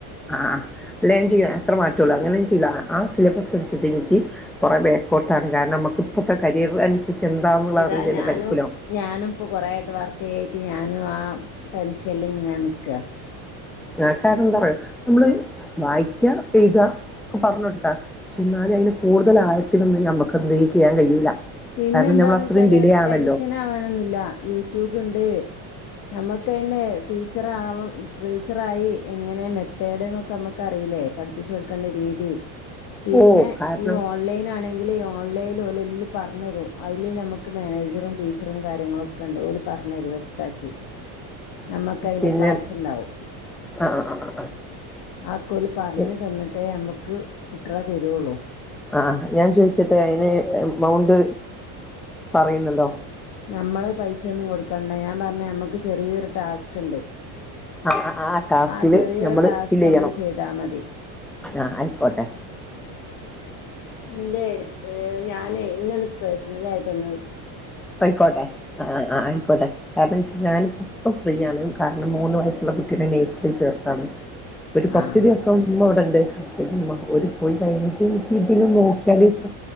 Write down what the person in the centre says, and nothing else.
ആഹ് അല്ല ചെയ്യ അത്ര മാറ്റേള്ളൂ അങ്ങന ചെയ്യ ആഹ് സിലബസ് അനുസരിച്ച് എനിക്ക് കുറെ ബാക്കോട്ടാണ് കാരണം നമുക്ക് ഇപ്പഴത്തെ കരിയർ അനുസരിച്ച് എന്താന്നുള്ള
അറിയതല്ലാതരിക്കൂലോ
ആഹ് കാരണം എന്താ പറയാ നമ്മള് വായിക്കാ എഴുതാ പറഞ്ഞൊടുക്കാ പക്ഷെ എന്നാലും അതിന്റെ കൂടുതൽ ആയത്തിലൊന്നും ഞമ്മക്ക് എന്ത് ചെയ്യാൻ കഴിയൂല
കാരണം
നമ്മൾ അത്രയും
ഡിലേ
ആണല്ലോ
ഓ കാരണം
പിന്നെ
ആ ആ ആ
ആ
ആഹ് ഞാൻ ചോയിക്കട്ടെ അതിന് എമൗണ്ട് പറയുന്നുണ്ടോ
ആ ടാസ്കില്
നമ്മള്
ഫില്ല് ചെയ്യണോ
ആഹ് ആയിക്കോട്ടെ
പൊയ്ക്കോട്ടെ ആ ആ ആയിക്കോട്ടെ കാരണം വെച്ചാ ഞാനിപ്പ ഇപ്പൊ ഫ്രീയാണ് കാരണം മൂന്ന് വയസ്സുള്ള കുട്ടീനെ നഴ്സറി ചേർത്താണ് ഒരു കുറച്ച്
ദിവസം ഉമ്മ ഇവടെ ഉണ്ട് ഹസ്ബൻന്റിന്റെ ഉമ്മ ഒര് പോയി കഴിഞ്ഞിട്ട് എനിക്ക് ഇതില് നോക്കിയാലേ വെച്ച